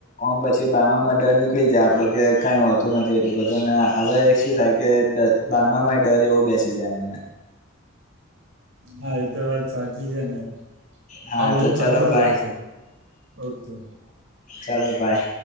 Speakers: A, on the left (about 40°); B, on the right (about 65°).
A: ઓમ પછી બારમાં ડર નીકળી જાય આપડો કે કાઈ હો તું નથી એટલું બધુંને હવે શું થાય કે તે બારમામાં ડર એવો બેસી જાય એમને
B: હા એતો વાત સાચી ચી છે નેઆવું
A: હા તો
B: બધું
A: ચલો
B: થતું જ
A: બાય
B: હોય છે ઓકે
A: ચલો બાય